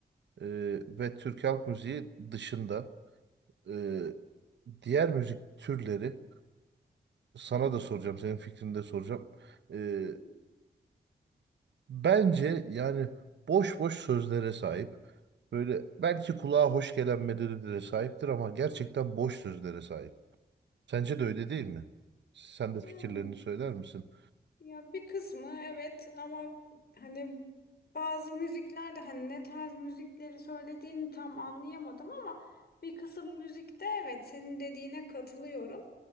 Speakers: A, on the right (about 85°); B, on the left (about 65°).
A: ee, ve Türk halk müziği dışında ee, diğer müzik türleri sana da soracağım senin fikrini de soracağım. E,
B: hı hı.
A: Bence yani boş boş sözlere sahip. Böyle belki kulağa hoş gelen medelilere sahiptir ama gerçekten boş sözlere sahip. Sence de öyle değil mi? Sen de fikirlerini
B: Yani
A: söyler misin?
B: ya bir kısmı evet ama hani bazı müziklerde hani ne tarz müzikleri söylediğini tam anlayamadım ama bir kısım müzikte evet senin dediğine katılıyorum.